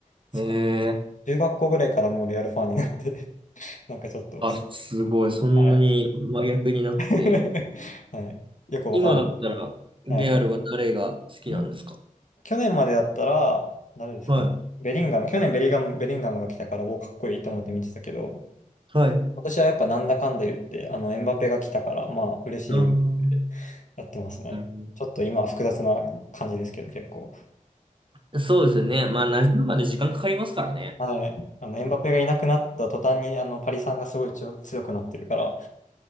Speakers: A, on the left; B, on the right.
A: いつか
B: え
A: 中学校ぐらいからもうレアルファンになって、<laughs> なんかちょっと、
B: ー、あ、すごい。そんなに真逆になって。
A: はい <laughs> はい。よくわかん
B: 今だったら、レアルは誰が好きなんですか
A: ない。はい。今去年までだったら、誰ですかね。
B: はい。
A: ベリンガム。去年ベリガム、ベリンガムが来たから、おーかっこいいと思って見てたけど、
B: はい。
A: 今年はやっぱなんだかんだ言って、あの、エムバペが来たから、まあ、嬉しい、
B: あー
A: 嬉しいってやってますね。
B: なるほ
A: ちょっと今は複雑な感じですけど、結構。
B: ど。そうですよね。まあ、馴染むまで時間かかりますからね。
A: あのね、あのエムバペがいなくなった途端に、あの、パリさんがすごい強強くなってるから、